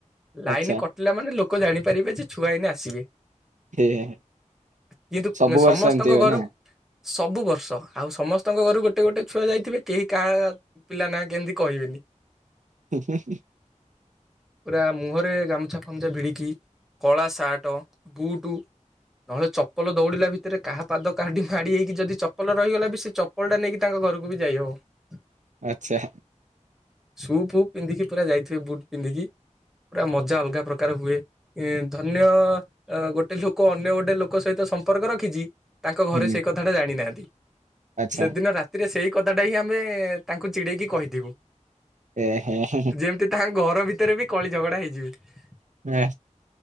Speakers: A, in the centre; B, on the right (about 75°).
A: ଲାଇନ
B: ଆଚ୍ଛା
A: କଟିଲା ମାନେ ଲ ଲୋକ ଜାଣିପାରିବେ ଯେ ଛୁଆ ଏଇନା ଆସିବେ
B: ହେ ହେ ହେ।
A: କିନ୍ତୁ
B: ସବୁ ବର୍ଷ
A: ସମସ୍ତଙ୍କ
B: ଏମିତି ହୁଏ
A: ଘରୁ
B: ନା
A: ସବୁ ବର୍ଷ ଆଉ ସମସ୍ତଙ୍କ ଘରୁ ଗୋଟେ ଗୋଟେ ଛୁଆ ଯାଇଥିବେ କେହି କାହା ପିଲା ନା କେମିତି କହିବେନି
B: ହୁଁ ହୁଁ
A: ପୁରା ମୁହଁରେ ଗାମୁଛା ଫାମଛା ଭିଡିକି କଳା ସାର୍ଟ ବୁଟ ନହେଲେ ଚପଲ ଦୌଡିଲା ଭିତରେ କାହା ପାଦ କାଡିି ମାଡି ହେଇକି ଯଦି ଚପଲ ରହିଗଲା ବି ସେ ଚପଲ ଟା ନେଇକି ତାଙ୍କ ଘରକୁ ବି ଯାଇ ହବ
B: ଆଛା
A: ସୁପୁ ପିନ୍ଧିକି ପୁରା ଯାଇଥିବେ ବୁଟ ପିନ୍ଧିକି ପୁରା ମଜା ଅଲଗା ପ୍ରକାର ହୁଏ ଧନ୍ୟ ଗୋଟେ ଲୋକ ଅନ୍ୟ ଗୋଟେ ଲୋକ ସହିତ ସମ୍ପର୍କ ରଖିଛି। ତାଙ୍କ ଘରେ
B: ହୁଁ
A: ସେଇ କଥାଟା ଜାଣିନାହାନ୍ତି।
B: ଆଚ୍ଛା
A: ସେଦିନ ରାତିରେ ସେଇ କଥାଟା ହିଁ ଆମେ ତାଙ୍କୁ ଚିଡ଼େଇକି କହିଥିବୁ
B: ଏ ହେ ହେ
A: ଯେମିତି ତାଙ୍କ ଘର ଭିତରେ ବି କଳି ଝଗଡ଼ା ହେଇଯିବେ
B: ହେ ଏ,